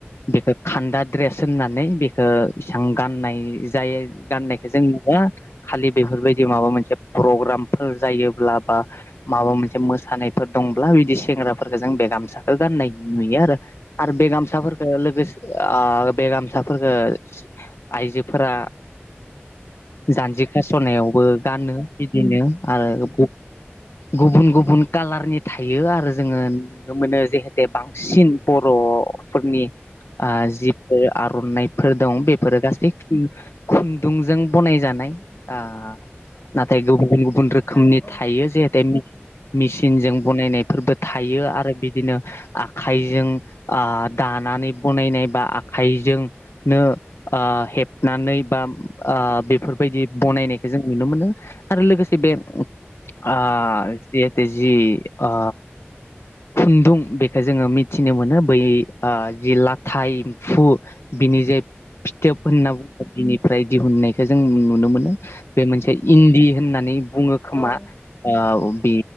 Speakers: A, on the left; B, on the left.
A: बेखौ खान्दा द्रेस होननानै बेखौ इसां गाननाय जायो गाननायखौ जों न खालि बेफोरबायदि माबा मोनसे प्रग्रामफोर जायोब्ला बा माबा मोनसे मोसानाय फोर दंब्ला बिदि सेंग्राफोरफोरखौ जों बे गामसाखौ गान्नाय नुयो आरो आरो बे गामसाफोरखो लोगोसे बे गामसाफोरखौ आइजोफोरा जान्जि खास'नायावबो गानो बिदिनो आरो गुबुन गुबुन कालारनि थायो आरो जोङो नुनो मोनो जहेते बांसिन बरफोरनि आ जिफोर आरनाइफोर दं बेफोरो गासै खुन्दुंजों बनायजानाय आ नाथाय गुबुन गुबुन गुबुन रोखोमनि
B: औ औ
A: थायो जेते‌‌ मेसिनजों बनायनायफोरबो थायो आरो बिदि बिदिनो आखाइजों आ दानानै बनायनाय बा आखाइजोंनो आ हेबनानै बा आ बेफोरबायदि बनायनायखौ जों नुनो मोनो आरो लोगोसे बे आ जिहेथु जि आ खुन्दुं बेखौ जोङो मिथिनो मोनो बै ओ जि लाथाय एम्फु बिनि जे फिथोब होनना बुङो बिनि फ्राय दिहुननायखौ जों नुनो मोनो बे मोनसे इन्दि होननानै बुङो
B: औ-औ-औ-औ-औ-औ-औ-औ-औ-औ
A: खोमा ओव बे